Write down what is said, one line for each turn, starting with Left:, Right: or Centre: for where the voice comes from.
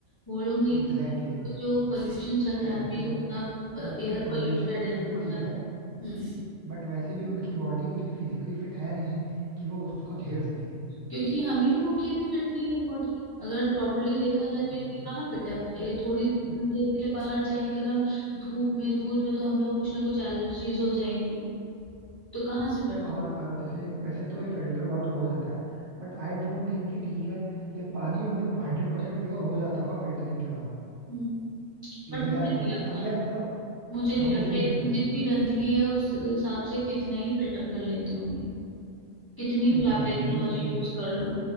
Left: वो लोग नहीं
Right: Exactly
Left: कर पाएंगे
Right: exactly.
Left: तो जो पोल्यूशन चल रहा
Right: एक
Left: है अभी
Right: तो
Left: जितना एयर
Right: नहीं पॉल्यूशन
Left: पोल्यूटेड
Right: तो
Left: है
Right: फिर भी
Left: वाटर
Right: ठीक है
Left: है हम्म।
Right: बट वैसे भी उनकी बॉडी उतनी फिजिकली फिट है नहीं कि वो उसको झेल सके
Left: क्योंकि हम ही लोगों की अभी फिट नहीं है बॉडी अगर प्रॉपरली देखा जाए
Right: एग्जैक्टली
Left: तो इतनी कहाँ फिट है अब, ए, थोड़ी देर के लिए बाहर जाएं अगर हम धूप में धूल में तो हम लोग को कुछ ना कुछ एलर्जीज हो जाएंगी तो कहाँ से फिट हो
Right: और अ, जैसे वैसे तो ये फिल्टर वाटर हो जाता है बट आई डोंट थिंक कि ठीक है ये पानी मतलब हंड्रेड परसेंट प्योर हो जाता होगा फिल्टरिंग के बाद
Left: हम्म
Right: पीने
Left: बट मुझे
Right: लायक
Left: नहीं
Right: हो
Left: लगता
Right: अब यार मतलब
Left: मुझे
Right: हाँ
Left: नहीं
Right: मुझे
Left: लगता
Right: भी
Left: इतनी
Right: नहीं लगता
Left: जितनी
Right: ये चीज
Left: गंदगी है उस हिसाब से कितना ही फिल्टर कर लेते होंगे कितनी
Right: सही
Left: भी
Right: बात
Left: आप
Right: है यार
Left: टेक्नोलॉजी
Right: ये कोई एक्यूरेसी
Left: यूज कर लो